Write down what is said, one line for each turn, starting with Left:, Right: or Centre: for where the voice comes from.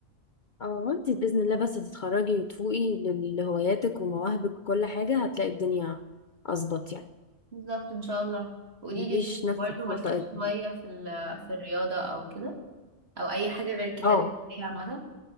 Left: اه انت بإذن الله بس تتخرجي وتفوقي لل- لهواياتك ومواهبك وكل حاجة هتلاقي الدنيا أظبط يعني
Right: بالظبط ان شاء الله قولي
Left: مديش
Right: لي انت
Left: نفسك
Right: برضه مالكيش
Left: فوق طاقتك
Right: شوية في ال- في الرياضة او كده او اي حاجة غير الكتابة
Left: اه
Right: والقراية عامة